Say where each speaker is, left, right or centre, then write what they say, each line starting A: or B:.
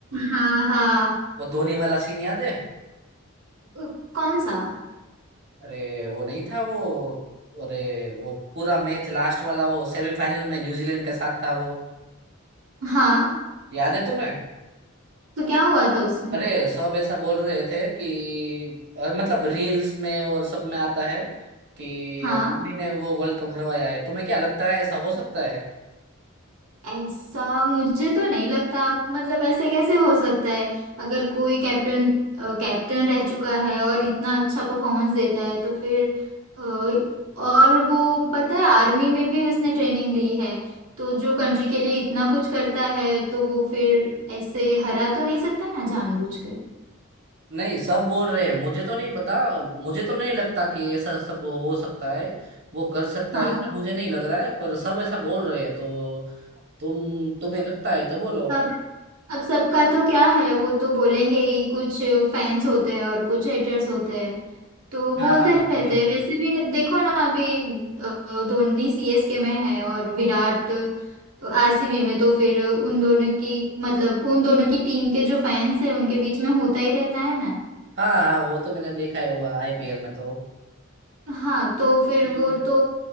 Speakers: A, on the right; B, on the right.
A: हाँ हाँ
B: वो धोनी वाला सीन याद है
A: अ, कौन सा
B: अरे वो नहीं था वो अरे वो पूरा मैच लास्ट वाला वो सेमीफाइनल में न्यूजीलैंड के साथ था वो
A: हाँ
B: याद है तुम्हें
A: तो क्या हुआ था उसमें
B: अरे सब ऐसा बोल रहे थे कि अ, मतलब रील्स में और सब में आता है कि
A: हाँ
B: धोनी ने वो वर्ल्ड कप हरवाया है तुम्हें क्या लगता है ऐसा हो सकता है
A: ऐसा मुझे तो नहीं लगता मतलब ऐसे कैसे हो सकता है अगर कोई कैप्टन कैप्टन रह चुका है और इतना अच्छा परफॉर्मेंस देता है तो फिर अ, और वो पता है आर्मी में भी उसने ट्रेनिंग ली है तो जो कंट्री के लिए इतना कुछ करता है तो वो फिर ऐसे हरा तो नहीं सकता ना जानबूझकर
B: नहीं सब बोल रहे हैं मुझे तो नहीं पता मुझे तो नहीं लगता कि ऐसा सब हो सकता है वो कर सकता
A: हाँ
B: है ऐसा मुझे नहीं लग रहा है पर सब ऐसा बोल रहे हैं तो तुम तुम्हें लगता है तो बोलो
A: सब अब सबका तो क्या है वो तो बोलेंगे ही कुछ फैंस होते हैं और कुछ हेटर्स होते हैं तो
B: हाँ
A: बोलते रहते
B: वो भी
A: हैं
B: है
A: वैसे भी न- देखो ना अभी अ, धोनी सीएसके में है और विराट आरसीबी में तो फिर उन दोनों की मतलब उन दोनों की टीम के जो फैंस है उनके बीच में होता ही रहता है ना
B: हाँ हाँ वो तो मैंने देखा है हुआ आईपीएल में तो
A: हाँ तो फिर
B: आईपीएल
A: वो
B: में
A: तो